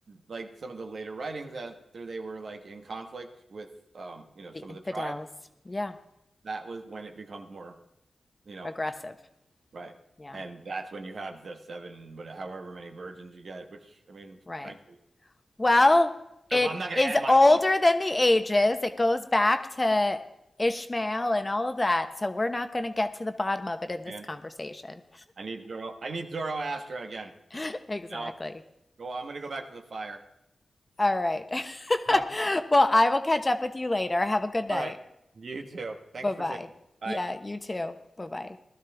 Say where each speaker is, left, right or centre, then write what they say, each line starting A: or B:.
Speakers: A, on the right; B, on the left.
A: like some of the later writings after they were like in conflict with um you know
B: The
A: some
B: infidels.
A: of the tribes
B: Yeah.
A: that was when it becomes more you know
B: Aggressive.
A: right
B: Yeah.
A: and that's when you have the seven but however many virgins you get which I mean
B: Right.
A: frankly
B: Well, it
A: I'm not gonna
B: is
A: add my
B: older
A: thought there
B: than the ages. It goes back to Ishmael and all of that. So, we're not going to get to the bottom of it in this
A: man
B: conversation.
A: I need Zoro I need Zoroaster again
B: <laughs> Exactly.
A: no go I'm gonna go back to the fire.
B: All right. <laughs>
A: <laughs> All right.
B: Well, I will catch up with you later. Have a good night.
A: All right. You too. Thanks
B: Bye
A: for
B: bye.
A: sharing. Bye.
B: Yeah, you too. Bye bye.